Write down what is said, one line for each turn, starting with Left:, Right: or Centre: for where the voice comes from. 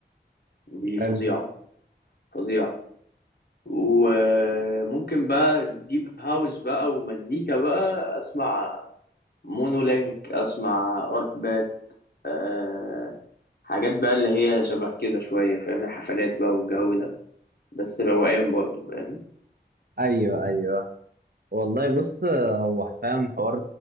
Left: دي
Right: حلو
Left: فظيعة فظيعة وممكن بقى ديب هاوس بقى ومزيكا بقى أسمع مونو لينك أسمع أرك بات آه حاجات بقى اللي هي شبه كده شوية فاهم الحفلات بقى والجو ده بس روقان برضو فاهم
Right: ايوه ايوه والله بص هو فاهم حوار